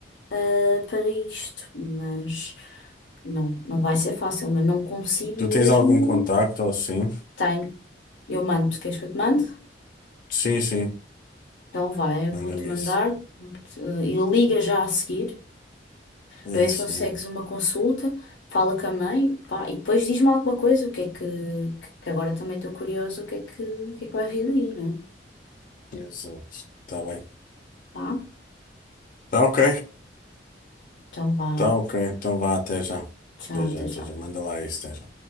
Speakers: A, on the left (about 80°); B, on the left (about 50°).
A: ah, para isto, mas não, não vai ser fácil, mas não consigo
B: Tu
A: mesmo.
B: tens algum contacto ou assim?
A: Tenho, eu mando, queres que eu te mande?
B: Sim, sim,
A: Então vai, eu
B: manda-me
A: vou-te mandar
B: isso.
A: eh, e liga já a seguir
B: É
A: para ver
B: isso
A: se consegues
B: mesmo.
A: uma consulta, fala com a mãe, pá, e depois diz-me alguma coisa, o que é que, que que agora também estou curiosa, o que é que, o que é que vai vir daí, né?
B: Exato. Tá bem.
A: Tá?
B: Tá ok.
A: Então vá,
B: Tá ok. Então vá, até já.
A: tchau,
B: Até já,
A: até
B: até
A: já.
B: já. Manda lá isso, até já.